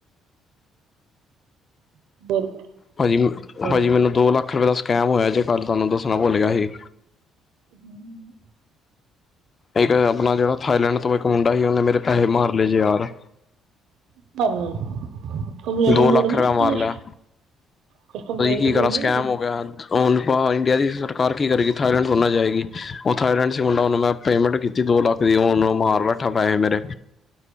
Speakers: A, on the right; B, on the left.
A: <unintelligible>
B: ਭਾਜੀ
A: ਹਿਸਾਬ
B: ਭਾਜੀ, ਮੈਨੂੰ ਦੋ ਲੱਖ ਰੁਪ ਦਾ ਸਕੈਮ ਹੋਇਆ ਜੇ। ਕੱਲ੍ਹ ਤੁਹਾਨੂੰ ਦੱਸਣਾ ਭੁੱਲ ਗਿਆ ਸੀ।
A: ਹਮ।
B: ਇੱਕ ਆਪਨਾ ਜਿਹੜਾ ਥਾਈਲੈਂਡ ਤੋਂ ਇੱਕ ਮੁੰਡਾ ਸੀ। ਉਹਨੇ ਮੇਰੇ ਪੈਸੇ ਮਾਰ ਲਏ ਜੇ ਯਾਰ।
A: <unintelligible>
B: ਦੋ
A: ਕਮਲੂਟ
B: ਲੱਖ
A: ਨੀ
B: ਰੁਪਇਆ
A: ਕੀਤੀ
B: ਮਾਰ
A: ਕੁਛ
B: ਲਿਆ।
A: ਕੁਛ ਕੰਪਲੇਂਟ
B: ਕੀ
A: ਕਮਲੂਟ
B: ਕਰਾ
A: ਨੀ
B: ਸਕੈਮ
A: ਕੀਤੀ
B: ਹੋ ਗਿਆ। ਉਹ ਇੰਡੀਆ ਦੀ ਸਰਕਾਰ ਕੀ ਕਰੇਗੀ, ਥਾਈਲੈਂਡ ਥੋੜੀ ਜਾਏਗੀ। ਉਹ ਥਾਈਲੈਂਡ ਸੀ ਮੁੰਡਾ, ਉਹਨੂੰ ਮੈਂ। ਪੇਮੈਂਟ ਕੀਤੀ ਦੋ ਲੱਖ ਦੀ। ਹੁਣ ਮਾਰ ਬੈਠਾ ਪੈਸੇ ਮੇਰੇ।